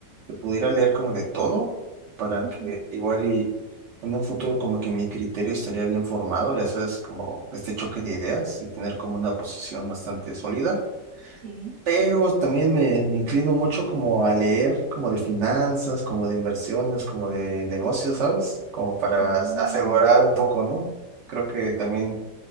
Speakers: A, on the right (about 80°); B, on the right (about 30°).
A: que pudiera leer como de todo, para
B: <laughs> Ujú,
A: que igual y en un futuro como que mi criterio estaría bien formado, ya sabes, como este choque de ideas y tener como una posición bastante sólida.
B: Sí.
A: Pero también me, me inclino mucho como a leer como de finanzas, como de inversiones, como de negocios, ¿sabes? Como para
B: Mm,
A: asegurar un poco, ¿no? Creo que también